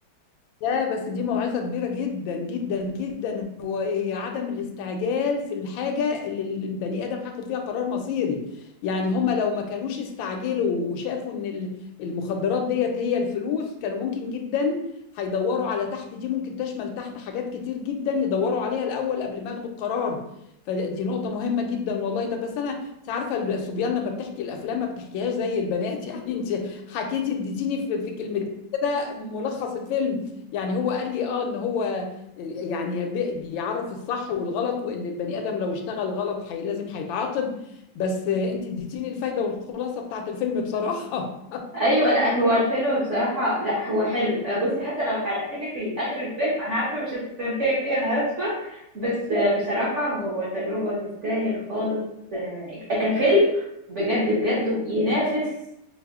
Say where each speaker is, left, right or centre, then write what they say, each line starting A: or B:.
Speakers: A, on the left (about 80°); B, on the right (about 55°).
A: لا بس دي موعظة كبيرة جدا جدا جدا هو إيه، هي عدم الاستعجال في الحاجة اللي البني آدم هياخد فيها قرار مصيري يعني هما لو ما كانوش استعجلوا وشافوا ان ال- المخدرات ديت هي الفلوس كانوا ممكن جدا هيدوروا على تحت دي ممكن تشمل تحت حاجات كتير جدا يدوروا عليها الأول قبل ما ياخدوا القرار فدي نقطة مهمة جدا والله طب بس أنا أنت عارفة الصبيان لما بتحكي الأفلام ما بتحكيهاش زي البنات <laughs> يعني أنت حكيتي اديتيني في في كلمتين كده ملخص الفيلم يعني هو قال لي اه ان هو يعني بي- بيعرف الصح والغلط وان البني ادم لو اشتغل غلط حي لازم هيتعاقب بس انت اديتيني الفايده والخلاصه بتاعت الفيلم بصراحه
B: ايوه لا هو الفيلم بصراحه لا هو حلو آه، بصي حتى لو حرقت لك اخر الفيلم انا عارفه مش هتستمتعي بيه انا اسفه بس آه، بصراحه هو
A: <laughs>
B: تجربه تستاهل خالص آه، كفيلم بجد بجد ينافس